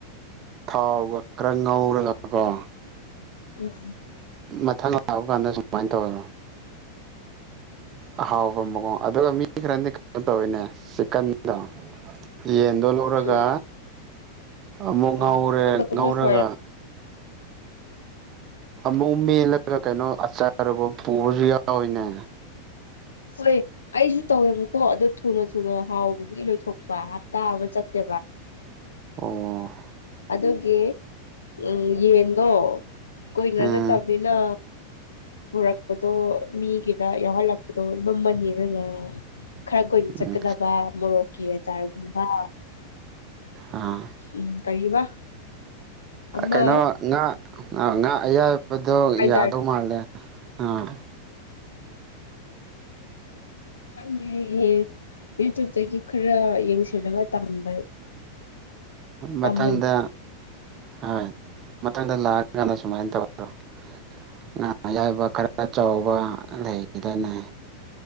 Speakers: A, on the right; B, on the left.
A: ꯊꯥꯎꯒ ꯈꯔ ꯉꯧꯔꯒ ꯒꯣ
B: ꯑꯨꯝ ꯑꯥꯡ
A: ꯃꯊꯪ ꯂꯥꯛꯄ ꯀꯥꯟꯗ ꯁꯨꯃꯥꯏꯅ ꯇꯧꯔꯣ
B: <inaudible>
A: ꯑꯍꯥꯎꯕ ꯃꯑꯣꯡ ꯑꯗꯨꯒ ꯃꯤ ꯈꯔꯗꯤ ꯀꯩꯅꯣ ꯇꯧꯋꯤꯅꯦ ꯆꯤꯛꯀꯟꯗꫭ ꯌꯦꯟꯗꯣ ꯂꯧꯔꯒ
B: ꯎꯝ
A: ꯑꯃꯨꯛ
B: ꯎꯝ
A: ꯉꯧꯔꯦ
B: ꯀꯨꯞꯅ ꯀꯨꯞꯅ
A: ꯉꯧꯔꯒ
B: ꯁꯣꯏꯔ
A: ꯑꯃꯨꯛ ꯃꯦꯜꯂꯒ ꯀꯩꯅꯣ ꯑꯆꯥꯔ ꯄꯨꯕꯁꯨ ꯌꯥꯎꯋꯤꯅꯦ
B: ꯍꯣꯏ ꯑꯩꯁꯨ ꯇꯧꯋꯦꯕꯀꯣ ꯑꯗꯨ ꯊꯨꯅ ꯊꯨꯅ ꯍꯥꯎꯕꯒꯤ ꯂꯣꯏꯊꯣꯛꯄ ꯍꯞꯇꯥ ꯑꯃ ꯆꯠꯇꯦ
A: ꯑꯣ
B: ꯑꯗꯨꯒꯤ ꯎꯝ ꯌꯦꯟꯗꯣ ꯀꯨꯏꯅ
A: ꯎꯝ
B: ꯆꯠꯇꯕꯅꯤꯅ ꯄꯨꯔꯛꯄꯗꯣ ꯃꯤꯒꯤꯗ ꯌꯥꯎꯍꯜꯂꯛ ꯄꯨꯇꫭꯜ ꯂꯨꯝꯕꯅꯤꯅ ꯈꯔ ꯀꯨꯏꯅ
A: ꯎꯝ
B: ꯆꯠꯀꯗꯕ ꯃꯣꯔꯣꯛꯀꯤ ꯑꯆꯥꯥꯔꯒꯨꯝꯕ ꯑ
A: ꯑꯥ
B: ꯎꯝ ꯀꯔꯤꯕ ꯑꯃ
A: ꯀꯩꯅꯣ ꯉꯥ ꯉꯥ ꯑꯌꯥꯏꯕꯗꯣ
B: ꯍꯥꯏꯖꯥꯔꯗꯣ
A: ꯌꯥꯗꯧ ꯃꯥꯜꯂꯦ ꯑꯥ
B: ꯈꯪꯗꯦꯍ‌ꯦꯍ‌ꯦ ꯌꯨꯇꯨꯞꯇꯒꯤ ꯈꯔ ꯌꯦꯡꯁꯤꯜꯂꯒ ꯇꯝꯕ ꯇꯝꯍꯟ
A: ꯃꯊꯪꯗ ꯍꯣꯏ ꯃꯊꯪꯗ ꯂꯥꯛꯑꯀꯥꯟꯗ ꯁꯨꯃꯥꯏꯅ ꯇꯧ꯭ꯔꯣ ꯉꯥ ꯑꯌꯥꯏꯕ ꯈꯔ ꯆꯥꯎꯕ ꯂꯩꯗꯅ